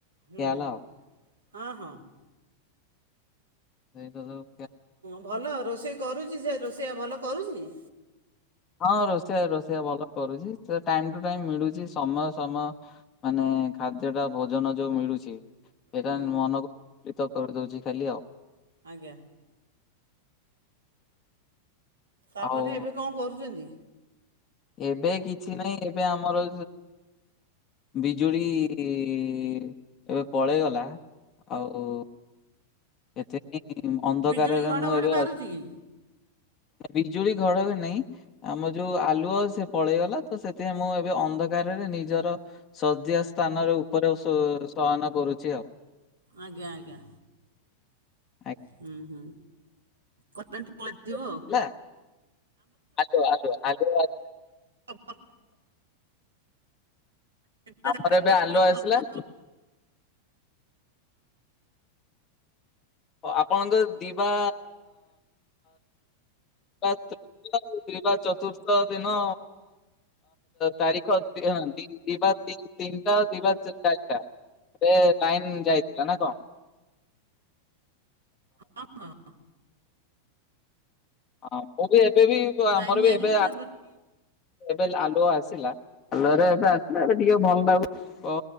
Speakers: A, on the right; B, on the left.
A: ହୁଁ
B: ଖିଆ
A: ହୁଁ।
B: ହେଲା ଆଉ
A: ହଁ ହଁ।
B: ସେଇଟା ଯୋଉ
A: ଭଲ ରୋଷେଇ କରୁଚି ସେ ରୋଷେଇଆ ଭଲ କରୁଚି?
B: ହଁ ରୋଷେଇଆ ରୋଷେଇଆ ଭଲ କରୁଚି। ସେ ଟାଇମ ଟୁ ଟାଇମ ମିଳୁଚି ସମୟ ସମୟ। ମାନେ ଖାଦ୍ୟ ଟା ଭୋଜନ ଯୋଉ ମିଳୁଚି ସେଇଟା
A: ହୁଁ
B: ମନକୁ ପ୍ରୀତ କରିଦଉଚି ଖାଲି ଆଉ।
A: ଆଜ୍ଞା। ତାପରେ
B: ଆଉ
A: ଏବେ କଣ କରୁଛନ୍ତି?
B: ଏବେ କିଛି ନାହିଁ ଏବେ ଆମର ବିଜୁଳି ଏବେ ପଳେଇଗଲା। ଆଉ <unintelligible> ଅନ୍ଧକାରରେ
A: ବିଜୁଳି ଘଡ଼ଘଡ଼ି
B: ମୁଁ ଏବେ
A: ମାରୁଛି
B: ଅ
A: କି
B: ବିଜୁଳି ଘଡଘଡି ନାଇଁ। ଆମ ଯୋଉ ଆଲୁଅ ସେ ପଳେଇଗଲା। ତ ସେଥିପାଇଁ ମୁଁ ଏବେ ଅନ୍ଧକାରରେ ନିଜର ଶଯ୍ୟା ସ୍ଥାନରେ ଉପରେ ଶୋ ଶୟନ କରୁଚି ଆଉ।
A: ଆଜ୍ଞା ଆଜ୍ଞା।
B: <unintelligible>
A: ହୁଁ ହୁଁ କରେଣ୍ଟ ପଳେଇଥିବ
B: ହେଲା
A: ଆଉ।
B: ଆଲୁଅ ଆଲୁଅ ଆଲୁଅ
A: <unintelligible> <unintelligible> ତିନିଟା ଚାରିଟା
B: ଆମର ଏବେ
A: ବେଳକୁ
B: ଆଲୁଅ
A: ପ୍ରବଳ
B: ଆସିଲା। ଆପଣଙ୍କ ର ଦିବା <unintelligible> ଦିବା ଚତୁର୍ଥ ଦିନ ତାରିଖ <unintelligible> ଦିବା ତିନ୍ ତିନିଟା ଆଉ ଦିବା ଚାରିଟା। ଏ ଲାଇନ ଯାଇଥିଲା ନା କଣ?
A: ହଁ ହଁ।
B: ହଁ। ମୁଁ ବି ଏବେ ବି ଆମର
A: ଲାଇନ୍ ଯାଇଥିଲା
B: ବି ଏବେ ଆ
A: ତାପରେ
B: ଏବେ ଆଲୁଅ ଆସିଲା। ଆଲୁଅ ରେ ଏବେ ଆସିଲା ଏବେ ଟିକେ ଭଲ ଲାଗୁ ଅ